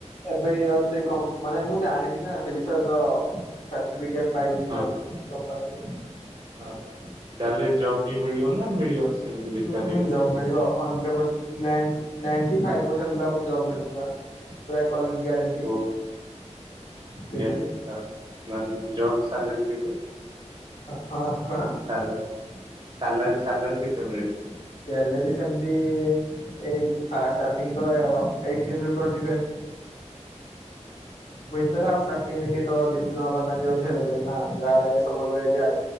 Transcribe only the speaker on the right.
ହଁ
ହଁ ତାହେଲେ ଜବବି ମିଳିବନା ମିଳିବନି। ସେମିତି ବେକାରରେ
ଓ <unintelligible>
ଜବ ଚାଲେରି କେତେ?
ହାଲୋ ସାଲାରୀ ସାଲାରୀ କେତେ ମିଳିବ?